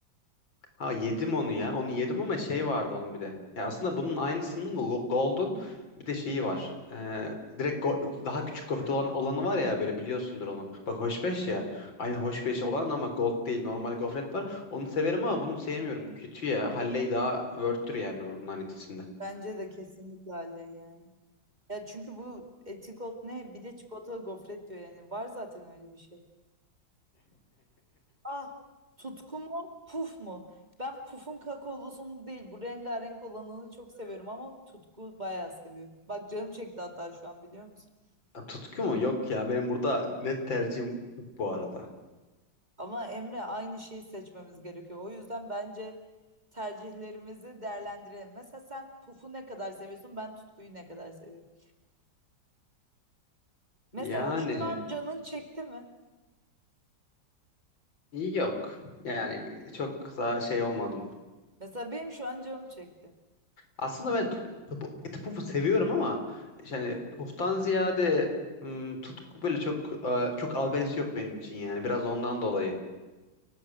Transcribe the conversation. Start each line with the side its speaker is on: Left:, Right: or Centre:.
Left: Ha yedim onu ya. Onu yedim ama şey vardı onun bir de. Ya aslında bunun aynısının go- Golden bir de şeyi var. Ee, direkt go- daha küçük gofret olan olanı var ya böyle biliyorsundur onu. Bak hoşbeş ya. Aynı hoşbeş olan ama gold değil. Normal gofret var. Onu severim ama bunu sevmiyorum. Kötü ya. Halley daha worth'tür yani bunların ikisinde.
Right: Bence de kesinlikle öyle yani. Ya çünkü bu etikot ne? Bir de çikolatalı gofret diyor yani. Var zaten öyle bir şey. Ah tutku mu puf mu? Ben pufun kakaolusunu değil bu rengarenk olanını çok seviyorum ama tutku bayağı seviyorum. Bak canım çekti hatta şu an biliyor musun?
Left: <laughs> Tutku mu? Yok ya. Benim burada net tercihim bu arada.
Right: Ama Emre aynı şeyi seçmemiz gerekiyor. O yüzden bence tercihlerimizi değerlendirelim. Mesela sen pufu ne kadar seviyorsun ben tutkuyu ne kadar seviyorum. Mesela
Left: Yani
Right: şu an canın çekti mi?
Left: yok. Yani çok da şey olmadım.
Right: Mesela benim şu an canım çekti.
Left: Aslında ben tup- tup- eti pufu seviyorum ama yani puftan ziyade ım, tutku böyle çok e, çok albenisi yok benim için yani. Biraz ondan dolayı.